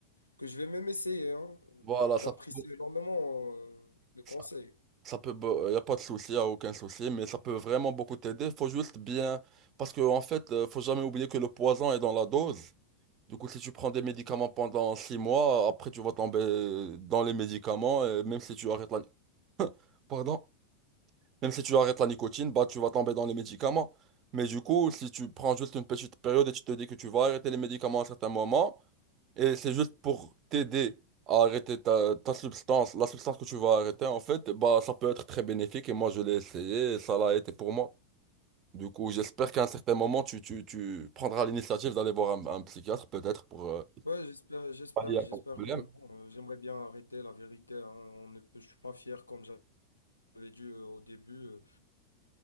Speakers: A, on the left (about 80°); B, on the right (about 30°).
A: que je vais même essayer, hein.
B: voilà,
A: J'apprécie
B: ça, peut-
A: énormément euh, le conseil.
B: ça, ça peut, il n'y a pas de souci, y a aucun souci, mais ça peut vraiment beaucoup t'aider. Faut juste bien, parce que en fait, euh, faut jamais oublier que le poison est dans la dose. Du coup, si tu prends des médicaments pendant six mois, après tu vas tomber dans les médicaments, et même si tu arrêtes la, pardon, même si tu arrêtes la nicotine, bah tu vas tomber dans les médicaments. Mais du coup, si tu prends juste une petite période et tu te dis que tu vas arrêter les médicaments à un certain moment, Et c'est juste pour t'aider à arrêter ta, ta substance, la substance que tu vas arrêter, en fait, bah, ça peut être très bénéfique. Et moi, je l'ai essayé et ça l'a été pour moi. Du coup, j'espère qu'à un certain moment, tu, tu, tu prendras l'initiative d'aller voir un, un psychiatre, peut-être, pour euh,
A: Ouais, j'espère, j'espère,
B: pallier à
A: j'espère
B: ton problème.
A: vraiment. Euh, j'aimerais bien arrêter la vérité. hein. On ne peut- je suis pas fier comme j'avais dit euh, au début. Euh,